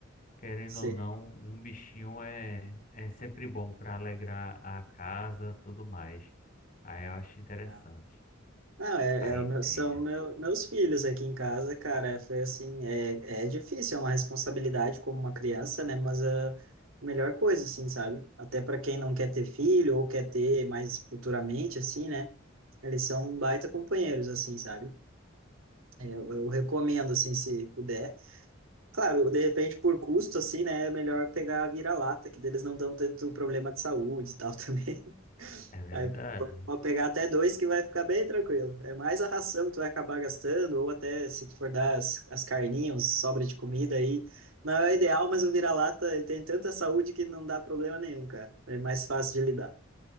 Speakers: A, on the left (about 40°); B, on the right (about 85°).
A: Querendo
B: Sim.
A: ou não, um bichinho é, é sempre bom para alegrar a casa, tudo mais. Aí eu acho interessante
B: Ah. Não, é,
A: a
B: é
A: ideia.
B: o meu- são meu, meus filhos aqui em casa, cara. Foi assim, é, é difícil, é uma responsabilidade como uma criança, né? Mas a melhor coisa, assim, sabe? Até para quem não quer ter filho ou quer ter mais futuramente, assim, né? Eles são um baita companheiros, assim, sabe? É, Eu, eu recomendo, assim, se puder. Claro, de repente, por custo, assim, né? É melhor pegar a vira-lata, que deles não dão tanto problema de saúde e tal <laughs> também.
A: É verdade.
B: Aí p- pode pegar até dois que vai ficar bem tranquilo. É mais a ração que tu vai acabar gastando, ou até se tu for dar as, as carninhas, sobra de comida aí. Não é o ideal, mas o vira-lata ele tem tanta saúde que não dá problema nenhum, cara. É mais fácil de lidar.